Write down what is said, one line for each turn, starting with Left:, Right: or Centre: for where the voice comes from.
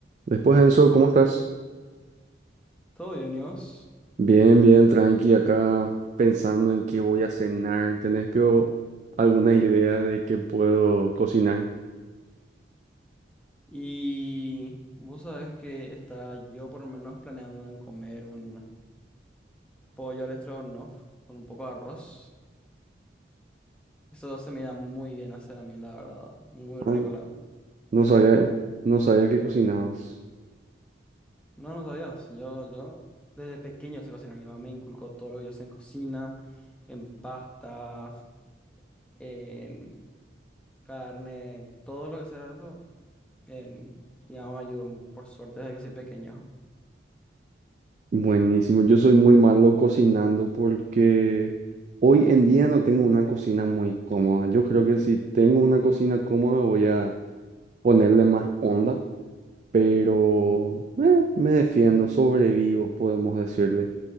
Right: Después, Enzo, ¿cómo estás?
Centre: Todo bien, Dios.
Right: Bien, bien, tranqui, acá pensando en qué voy a cenar. ¿Tenés pio, alguna idea de qué puedo cocinar?
Centre: Y vos sabés que está yo por lo menos planeando en comer un pollo al estrogonoff con un poco de arroz. Eso se me da muy bien hacer a mí, la verdad. Muy rico
Right: Ah,
Centre: la
Right: no
Centre: mi
Right: sabía,
Centre: receta.
Right: no sabía que cocinabas.
Centre: No, no sabías. Yo, yo desde pequeño sé cocinar. Mi mamá me inculcó todo lo que yo sé en cocina, en pastas, en carne, todo lo que sea eso. En... Mi mamá me ayudó, por suerte, desde que soy pequeño.
Right: Buenísimo, yo soy muy malo cocinando porque hoy en día no tengo una cocina muy cómoda. Yo creo que si tengo una cocina cómoda voy a ponerle más onda, pero eh, me defiendo, sobrevivo, podemos decirle.